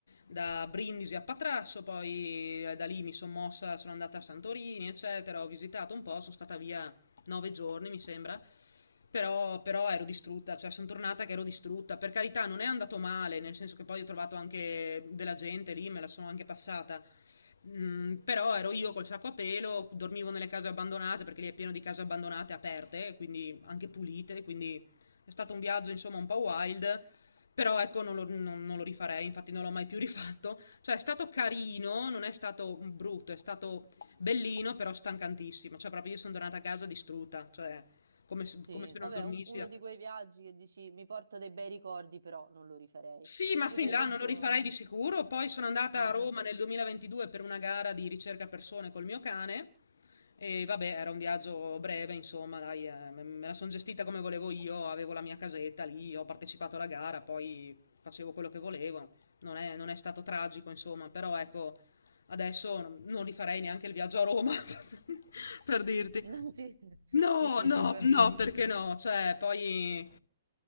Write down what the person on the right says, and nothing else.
Sì,
vabbè,
u- uno
di quei viaggi che dici mi porto dei bei ricordi, però non lo rifarei.
Io per esempio...
Ah,
ah.
<laughs> No, sì,
sì, sì,
no, capisco.